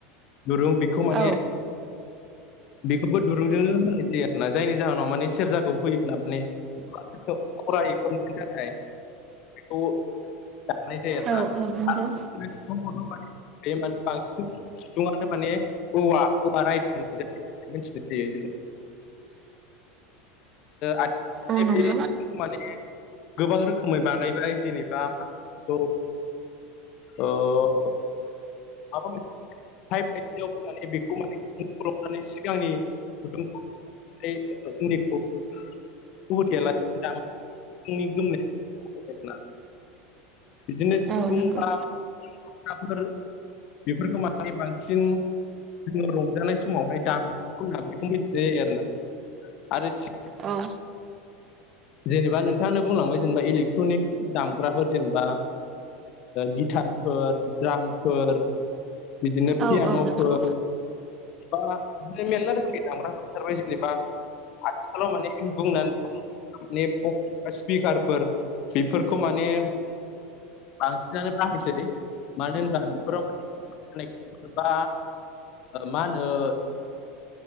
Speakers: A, on the left; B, on the right.
A: दुरुं बेखौ माने
B: औ
A: बेखौबो दुरुंजोंनो होनाय जायो आरोना जायनि जाहोनाव माने सेरजाखौ हुयोब्ला माने खोब खरायै गोमनो थाखाय बेखौ दानाय जायो आरो
B: औ
A: ना।
B: औ नंगौ
A: <unintelligible> बे मानि बांसिन सुबङानो माने औवा रायदों मिथिनो हायो आरो
B: औ
A: <unintelligible>
B: नंगौ
A: बेखौ माने गोबां रोखोमै बानायबाय जेनेबा <unintelligible> बेखौ औ <unintelligible> <unintelligible> माने बेखौ माने <unintelligible> सिगांनि <unintelligible> <unintelligible> <unintelligible> होथेयालासिनो दामो सिफुंनि गोमनायखौ <unintelligible> बिदिनो सिफुं
B: औ नंगौ
A: बा <unintelligible> बेफोरखौ मानि बांसिन जोङो रंजानाय समावहाय दामो बेखौ मिथिनाय जायो आरो ना आरो थि
B: औ
A: जेनेबा नोंथाङानो बुंलांबाय जेनेबा इलेकट्रनिक दामग्राफोर जेनेबा गिटारफोर द्रामफोर बिदिनो
B: औ
A: पियान'फोर
B: औ नंगौ
A: बा बि मेरला रोखोमनि दामग्रा ओंखारबाय जेनेबा आथिखालाव माने बुंनानै <unintelligible> माने <unintelligible> स्पिकारफोर बेफोरखौ माने बांसिनानो बाहायसै मानो होनबा बेफोराव <unintelligible> बा मा होनो